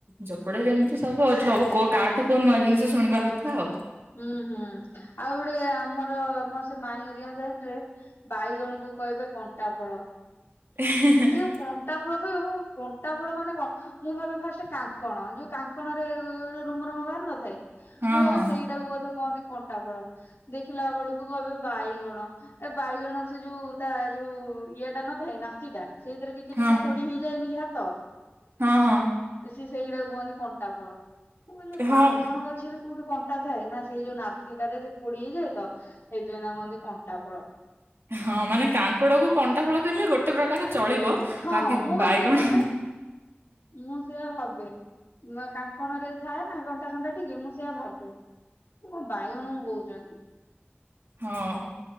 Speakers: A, on the right; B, on the left.
A: ଯୋଉ ପଟେ ଯେମିତି
B: ହୁଁ
A: ସବୁ ଆଉ ଝବୁ କ କାଠୁ କୋଉ ନୂଆ ଜିନିଷ ଶୁଣିବା କଥା ଆଉ।
B: ହୁଁ ହୁଁ ଆଉ ଗୋଟେ ଆମର ଆମର ସେ ମାଇଁ ରିଆଁ ସାଇଟ୍ ରେ ବାଇଗଣକୁ କହିବେ କଣ୍ଟା ଫଳ।
A: ଏଁ ହେଁ ହେଁ।
B: ଇଉ କଣ୍ଟା ଫଳ କଇବେ ମୁଁ କଣ୍ଟା ଫଳ ମାନେ କ ମୁଁ ଭାବେ ଫାଷ୍ଟ କାଙ୍କଣ ଯୋଉ କାଙ୍କଣରେ ଯୋଉରା ରୁମ ରୁମ ବାହାରି ନଥାଏ?
A: ହଁ
B: ମୁଁ ଭବେ
A: ହଁ
B: ସେଇଟାକୁ ବୋଧ କହନ୍ତି କଣ୍ଟା ଫଳ ଦେଖିଲା ବଳୁକୁ କହିବେ ବାଇଗ ଏ ବାଇଗଣର ସେ ଯୋଉ ତା ଯୋଉ ଇଏଟା ନଥାଏ ନାସିଟା ସେଇଥେରେ ଟି କେ
A: ହଁ।
B: ଟିକେ ଫୋଡ଼ି ହେଇଯାଏନି କି ହାତ
A: ହଁ ହଁ
B: ଏ ସିଏ ସେଇଡ଼ାକୁ କହନ୍ତି କଣ୍ଟା ଫଳ। ମୁଁ କହିଲି
A: ହଁ
B: ବାଇଗଣ ଗଛରେ କୋଉଠି କ ଣ୍ଟା ଥାଏ ନାଁ ସେଇ ଯୋଉ ନାସିଟାରେ ସେ ଫୋଡି଼ ହେଇଯାଏ ତ ସେଇଥିପାଇଁ ତାକୁ ମହନ୍ତି କଣ୍ଟା ଫଳ।
A: ହଁ ମାନେ କାଙ୍କଡ କୁ କଣ୍ଟା ଫଳ କିହିଲେ ଗୋଟେ ପ୍ରକାର ଚଳିବ
B: ହଁ
A: ବାକି
B: ମୁଁ ବା
A: ବାଇଗଣ।
B: ସେଇଆ ଭାବେ ମୁଁ ସେଆ ଭାବେ କାଙ୍କଣ ରେ ଥାଏ ନା କଣ୍ଟା କଣ୍ଟା ଟିକେ ମୁଁ ସେଆ ଭାବେ ଏ କଣ ବାଇଗଣ କହୁଛନ୍ତି।
A: ହଁ